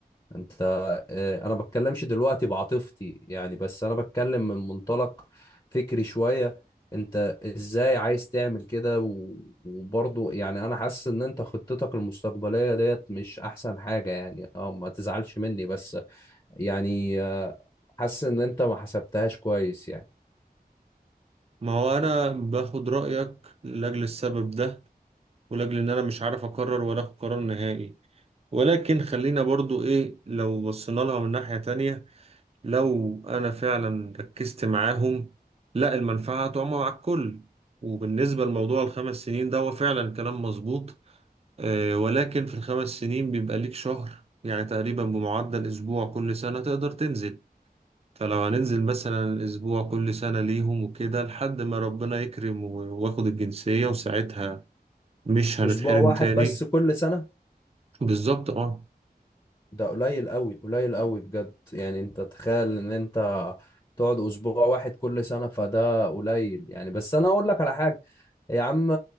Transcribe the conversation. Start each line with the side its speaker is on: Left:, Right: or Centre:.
Left: انت اه، انا بتكلمش دلوقتي بعاطفتي يعني بس انا بتكلم من منطلق فكري شوية انت ازاي عايز تعمل كده و- وبرضه يعني انا حاسس ان انت خطتك المستقبلية ديت مش احسن حاجة يعني اه ما تزعلش مني بس يعني اه، حاسس ان انت ما حسبتهاش كويس يعني
Right: ما هو أنا باخد رأيك لأجل السبب ده ولأجل إن أنا مش عارف أقرر ولا أخد قرار نهائي ولكن خلينا برضو إيه لو بصينا لها من ناحية تانية لو أنا فعلا ركزت معاهم لا المنفعة تعم مع الكل وبالنسبة لموضوع الخمس سنين ده هو فعلا كلام مظبوط آه، ولكن في الخمس سنين بيبقى ليك شهر يعني تقريبا بمعدل أسبوع كل سنة تقدر تنزل فلو هننزل مثلا أسبوع كل سنة ليهم وكده لحد ما ربنا يكرم و- واخد الجنسية وساعتها مش هنتحرم
Left: اسبوع واحد
Right: تاني
Left: بس كل سنة
Right: بالظبط اه
Left: ده قليل قوي قليل قوي بجد يعني انت تخيل ان انت تقعد اسبوع واحد كل سنة فده قليل يعني بس انا اقول لك على حاجة يا عم